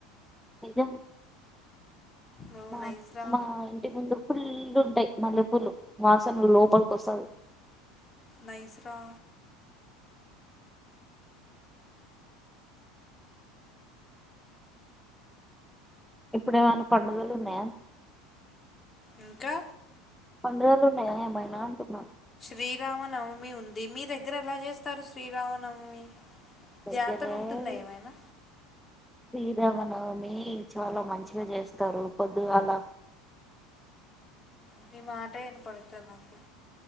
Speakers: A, in the centre; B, on the left (about 25°).
A: నిజం
B: నువ్వు
A: మా
B: నైస్రా
A: మా ఇంటి ముందు ఫుల్ ఉంటాయి మల్లి పుల్లు వాసనలు లోపలికొస్తాంది
B: నైస్ రా
A: ఇప్పుడ ఏమైనా పండుగలు ఉన్నాయా
B: ఇంకా
A: పండుగలు ఉన్నాయయా ఏమైనా అంటున్నాం
B: శ్రీరామనవమి ఉంది మీ దగ్గర ఎలా చేస్తారు శ్రీరామనవమి
A: దగ్గరే
B: జాతర ఉంటుందా ఏమైనా
A: శ్రీరామనవమి చాలా మంచిగా చేస్తారు పొద్దు అలా
B: నీ మాట వినపడట్లే నాకు